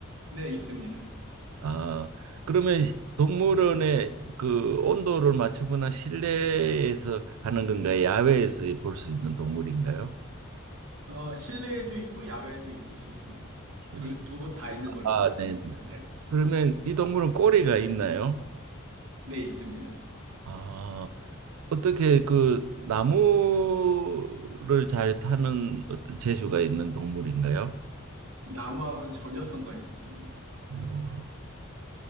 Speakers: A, on the right; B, on the right.
A: 네, 있습니다.
B: 아, 그러면 동물원의 그 온도를 맞추거나 실내에서 하는 건가요? 야외에서 볼 수 있는 동물인가요?
A: 어, 실내에도 있고, 야외에도 있을 수 있습니다.
B: 실-
A: 둘, 두 곳 다 있는 걸로
B: 아,
A: 보입니다.
B: 네. 네.
A: 네.
B: 그러면 이 동물은 꼬리가 있나요?
A: 네, 있습니다.
B: 아, 어떻게 그 나무를 잘 타는 어떤 재주가 있는 동물인가요?
A: 나무하고는 전혀 상관이 없습니다.
B: 어,